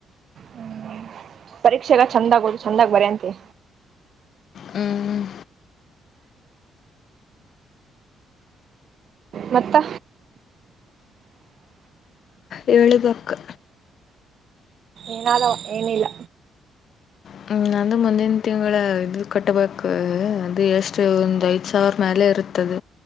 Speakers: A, on the right; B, on the left.
A: ಹ್ಮ ಪರೀಕ್ಷೆಗ ಚಂದಗ ಓದು ಚಂದಾಗ್ ಬರೆಂತಿ
B: ಹ್ಮ್ ಹ್ಮ
A: ಮತ್ತ
B: ಹೇಳಿಬೇಕ
A: ಏನಾದವಾ ಏನಇಲ್ಲ.
B: ಹ್ಮ ನಂದು ಮುಂದಿನ ತಿಂಗಳ ಇದು ಕಟ್ಟಬೇಕ ಅದು ಎಷ್ಟ ಒಂದ ಐದು ಸಾವಿರ ಮ್ಯಾಲೆ ಇರುತ್ತದ